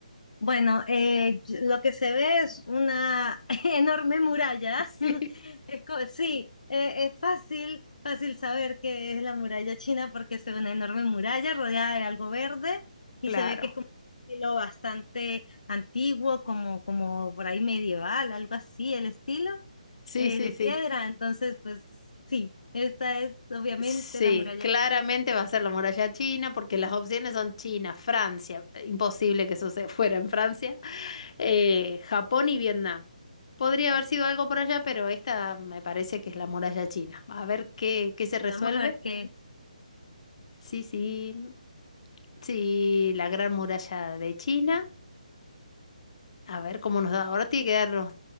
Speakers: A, on the left; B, on the left.
A: Bueno, eh, y- lo que se ve es una <laughs> enorme muralla.
B: <laughs> Sí.
A: <laughs> Es co- sí, eh, es fácil, fácil saber que es la muralla china porque se ve una enorme muralla rodeada de algo verde y
B: Claro.
A: se ve que es como un estilo bastante antiguo, como, como por ahí medieval, algo así, el estilo
B: Sí,
A: eh,
B: sí,
A: de
B: sí.
A: piedra. Entonces, pues sí, esta es obviamente
B: Sí,
A: la muralla
B: claramente
A: china.
B: va a ser la muralla china porque las opciones son China, Francia. Imposible que eso se fuera en Francia. Eh, Japón y Vietnam. Podría haber sido algo por allá, pero esta me parece que es la muralla china. A ver qué, qué se
A: Y
B: resuelve.
A: vamos a ver qué.
B: Sí, sí, sí, la gran muralla de China. A ver cómo nos da. Ahora tiene que darnos.